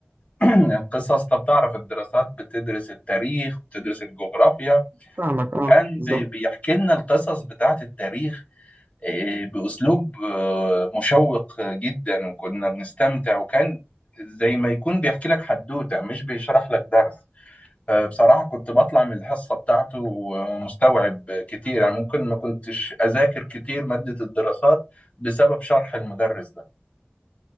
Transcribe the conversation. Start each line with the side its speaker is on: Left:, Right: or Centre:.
Left: <clears throat> القصص طب تعرف الدراسات بتدرس التاريخ وبتدرس الجغرافيا
Right: فاهمك اه
Left: كان
Right: بالظبط
Left: بي- بيحكي لنا القصص بتاعت التاريخ آه، بأسلوب آه، مشوق جدا وكنا بنستمتع وكان زي ما يكون بيحكي لك حدوتة مش بيشرح لك درس فبصراحة كنت بطلع من الحصة بتاعته مستوعب كتير يعني ممكن ما كنتش أذاكر كتير مادة الدراسات بسبب شرح المدرس ده